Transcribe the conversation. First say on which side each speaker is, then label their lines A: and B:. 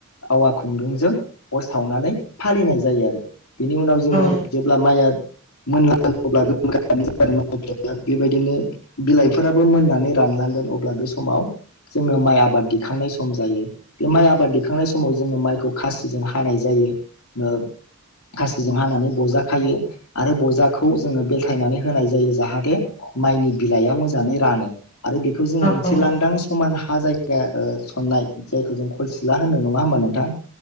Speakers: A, on the left; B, on the left.
A: आवा खुन्दुंजों अर सावनानै फालिनाय जायो आरो बेनि उनाव जोङो
B: औ
A: जेब्ला माइआ मोनलांगोन अब्लाोन बेबायदिनो बिलाइफोराबो मोननानै रानलांगोन अब्ला बे समाव जोङो माइ आबाद दिखांनाय सम जायो। बे माइ आबाद दिखांनाय समाव जोङो माइखौ खासिजों हानाय जायो ओ खासिजों हानानै बजा खायो आरो बजाखौ जोङो बेलथायनानै होनाय जायो जाहाथे माइनि बिलाइआ मोजाङै रानो आरो बेखौ जोङो
B: औ
A: मोनसे
B: औ
A: लांदां समान हा जायगा सननाय जायखौ जों खलसिला होनो नङा होमबा नोंथां?